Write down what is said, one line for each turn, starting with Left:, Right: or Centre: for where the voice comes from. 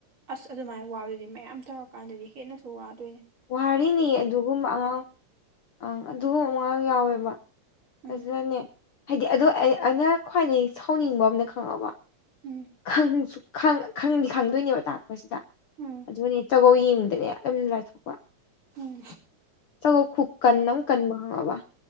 Right: ꯑꯁ ꯑꯗꯨꯃꯥꯏꯅ ꯋꯥꯗꯨꯗꯤ ꯃꯌꯥꯝ ꯇꯧꯔꯀꯥꯟꯗꯗꯤ ꯍꯦꯟꯅꯁꯨ ꯋꯥꯗꯣꯏꯅꯤ
Left: ꯋꯥꯔꯤꯍꯔꯤꯅꯤ ꯑꯗꯨꯒꯨꯝꯕ ꯑꯉꯥꯡ ꯑꯪ ꯑꯗꯨꯒꯨꯝ ꯑꯥꯡ ꯌꯥꯎꯋꯦꯕ
Right: ꯎꯝ
Left: ꯑꯗꯨꯅꯅꯦ ꯍꯥꯏꯗꯤ ꯑꯗꯣ ꯑꯩꯅ ꯈ꯭ꯋꯥꯏꯗꯒꯤ ꯁꯥꯎꯅꯤꯡꯕ ꯑ ꯑꯃꯅ ꯈꯪꯉꯕ
Right: ꯎꯝ
Left: ꯈꯪꯁꯨ ꯈꯪꯗꯣꯏꯅꯦꯕ ꯇꯥꯛꯄꯁꯤꯗ
Right: ꯎꯝ
Left: ꯑꯗꯨꯒꯅꯦ ꯆꯥꯛꯒꯧ ꯌꯦꯡꯕꯗꯅꯦ ꯌꯥꯝ ꯂꯥꯏꯊꯣꯛꯄ
Right: ꯎꯝ
Left: ꯆꯒꯣꯜ ꯈꯨ ꯀꯟ ꯑꯃ ꯀꯟꯕ ꯍꯪꯉꯕ